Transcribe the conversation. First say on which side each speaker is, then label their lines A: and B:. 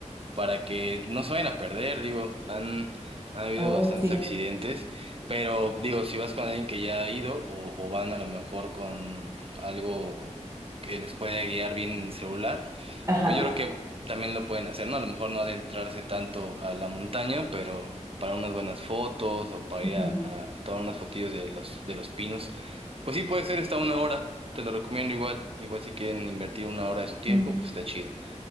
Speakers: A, on the right (about 50°); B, on the right (about 25°).
A: para que no se vayan a perder. Digo, han, han habido
B: Oh,
A: bastantes
B: sí,
A: accidentes, pero digo, si vas con alguien que ya ha ido o, o van a lo mejor con algo que les pueda guiar bien en el celular.
B: ajá,
A: Pues yo creo que también lo pueden hacer, ¿no? A lo mejor no adentrarse tanto a la montaña, pero para unas buenas fotos o para
B: ujú,
A: ir a, a tomar unas fotillos de los, de los pinos. Pues sí puede ser, está una hora, te lo recomiendo igual. Igual si quieren invertir una hora de su tiempo,
B: ujú,
A: pues está chido.